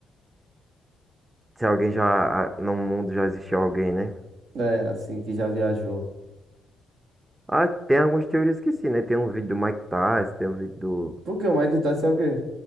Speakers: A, on the right; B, on the right.
A: se alguém já ah, no mundo já existiu alguém, né?
B: É, assim, que já viajou.
A: Ah, tem algumas teorias que sim, né? Tem um vídeo do Mike Tyson, tem um vídeo do,
B: Por que o Mike tá é o quê?